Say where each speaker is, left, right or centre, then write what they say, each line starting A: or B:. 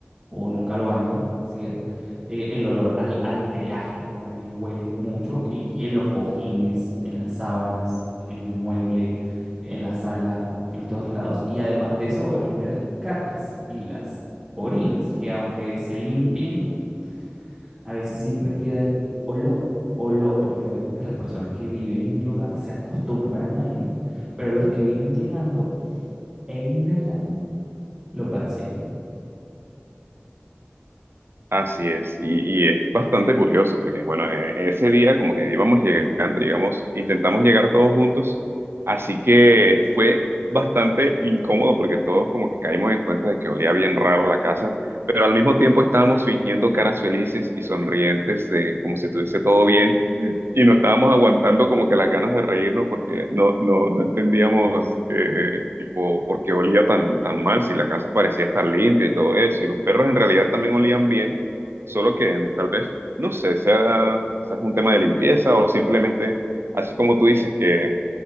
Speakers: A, on the right; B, on the right.
A: o nunca lo bañan, ¿sí? Eh, el olor al, al pelaje también huele mucho y, y en los cojines, en las sábanas, en el mueble, en la sala, en todos lados. Y además de eso, obviamente las cacas y las orinas, que aunque se limpien, a veces siempre queda el olor, olor que obviamente las personas que viven en el hogar se acostumbran a él, pero los que vienen llegando e inhalan lo perciben.
B: Así es, y, y es bastante curioso porque, bueno, e- ese día como que íbamos llegando, digamos intentamos llegar todos juntos, así que fue bastante incómodo porque todos como que caímos en cuenta de que olía bien raro la casa, pero al mismo tiempo estábamos fingiendo caras felices y sonrientes de como si estuviese todo bien y no estábamos aguantando como que las ganas de reírnos porque no, no, no entendíamos eh, tipo por qué olía tan, tan mal si la casa parecía estar limpia y todo eso y los perros en realidad también olían bien Solo que tal vez, no sé, sea quizás un tema de limpieza o simplemente, así como tú dices, que